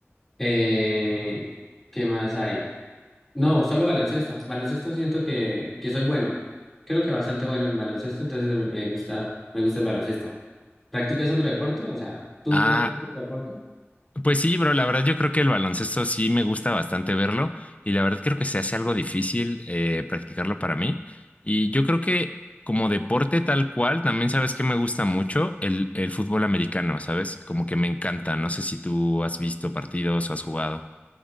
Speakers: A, in the centre; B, on the left.
A: Eh, ¿qué más hay? No, solo baloncesto. Baloncesto siento que, que soy bueno. Creo que bastante bueno en baloncesto, entonces me me gusta, me gusta el baloncesto. ¿Practicas otro deporte? O sea, ¿tú
B: Ah.
A: practicas otro deporte?
B: Pues sí, bro, la verdad yo creo que el baloncesto sí me gusta bastante verlo y la verdad creo que se hace algo difícil eh, practicarlo para mí. Y yo creo que como deporte tal cual, también sabes que me gusta mucho el, el fútbol americano, ¿sabes? Como que me encanta. No sé si tú has visto partidos o has jugado.